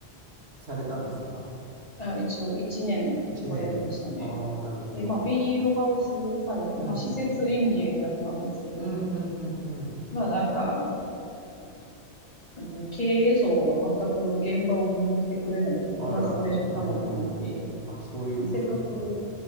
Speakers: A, on the right (about 65°); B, on the left (about 35°).
A: されたんですか
B: あ、一応1年はやりましたね。
A: ?1 年。ああ、なるほど。
B: で、まあ、ビニールハウス最後、
A: うん。
B: まあ、施設園芸をやったんですけど、
A: うんうんうんうん。
B: まあ、なんかあの、なんですね経営層が全く現場を見に来てくれないっていうフラストレーションが溜まっていって、
A: あら、うーん。あ、そういうことね。
B: あのせっかく